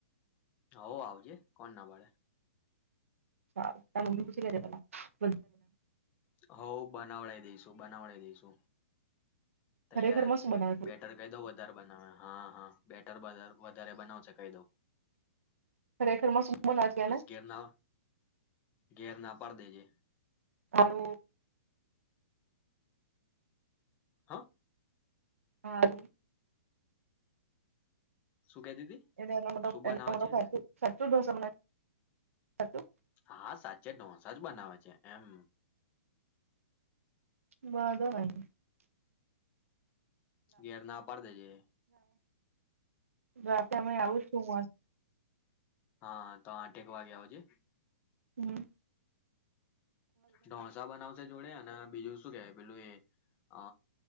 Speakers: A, on the left (about 25°); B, on the right (about 85°).
A: હો આવજે કોણ ના બાડે
B: ચ ત પૂછી લેજે પેલા બ
A: હઉ બનાવડા દઈશું બનાવડા દઈશું. તૈયાર
B: ખરેખર
A: જ
B: મસ્ત
A: છે
B: બનાવે
A: બેટર કહી દઉ વધારે બનાવે હા હા બેટ <unintelligible> વધારે બનાવ છે કાયદો.
B: ખરેખર માં શુંમ નાખ્યા ને.
A: ઘેર ના ઘેર ના પાડ દેજે.
B: હારું
A: હા.
B: હા. <unintelligible>
A: શું કેતી હતી શું બનાવે છે એટલે
B: <unintelligible>
A: હા સાચે ઢોસા જ બનાવે છે એમ.
B: <unintelligible>
A: ઘેર ના પાડ દેજે.
B: રાતે મેં આવું છે વ
A: હા તો આઠટેક વાગે આવજે.
B: હમ્મ
A: ઢોસા બનાવશે જોડે અને બીજું શું કે પેલું એ અ